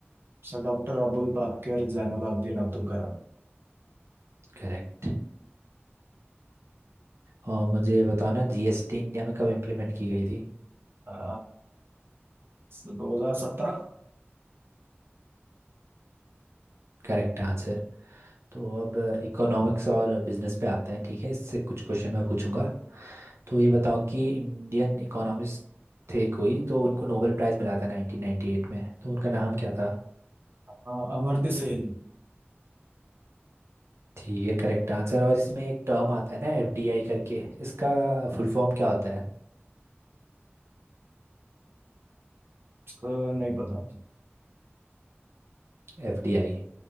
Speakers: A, on the right; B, on the right.
A: Sir doctor Avul Pakir Zainul Abedin Abdul Kalam
B: करेक्ट और मुझे ये बताओ ना जीएसटी इंडिया में कब इम्प्लीमेंट की गई थी
A: आ, सर 2017
B: Correct answer तो अब इकोनॉमिक्स और बिजनेस पे आते हैं ठीक है इससे कुछ क्वेश्चन मैं पूछूंगा तो ये बताओ कि इंडियन इकोनॉमिस्ट थे कोई तो उनको नोबेल प्राइज़ मिला था 1998 में तो उनका नाम क्या था
A: आ, अमर्त्य सेन
B: ठीक है करेक्ट आंसर और इसमें एक टर्म आता है ना एफडीआई करके इसका फुल फॉर्म क्या होता है
A: सर नहीं पता
B: एफडीआई